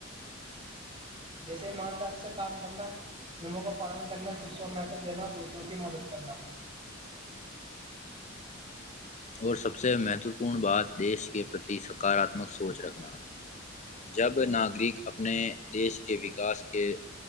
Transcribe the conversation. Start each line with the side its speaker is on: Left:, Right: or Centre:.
Right: جیسے ایمانداری سے کام کرنا نیموں کا پالن کرنا شکشا اور مہتو دینا اور دوسروں کی مدد کرنا
Left: اور سب سے مہتوپورن بات دیش کے پرتی سکارااتمک سوچ رکھنا جب ناگرک اپنے دیش کے وکاس کے